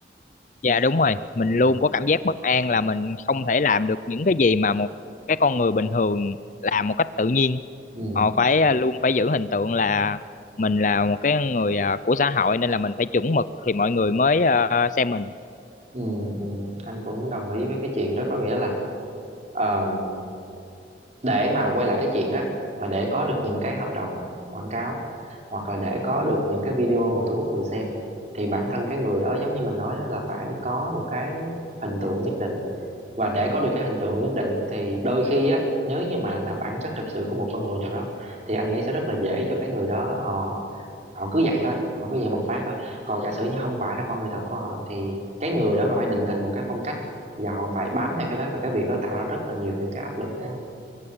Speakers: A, on the left; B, on the right.
A: dạ đúng rồi mình
B: ừ,
A: luôn có cảm giác bất an là mình không thể làm được những cái gì mà một cái con người bình thường làm một cách tự nhiên
B: ừ,
A: họ phải à, luôn phải giữ hình tượng là mình là một cái người à, của xã hội nên là mình phải chuẩn mực thì mọi người mới à, xem mình
B: ừ, ừ. anh cũng đồng ý với cái chuyện đó có nghĩa là ờ, để mà quay lại cái chuyện á là để có được những cái hợp đồng quảng cáo hoặc là để có được những cái video mà thu hút người xem thì bản thân cái người đó giống như mình nói đó là phải có một cái hình tượng nhất định và để có được cái hình tượng nhất định thì đôi khi á nếu như mà là bản chất thật sự của một con người nào đó thì anh nghĩ sẽ rất là dễ cho cái người đó họ họ cứ vậy thôi họ cứ vậy bộc phát thôi còn giả sử như không phải là con người thật của họ thì cái người đó họ phải định hình một cái phong cách và họ phải bám theo cái đó và cái việc đó tạo ra rất là nhiều những cái áp lực đúng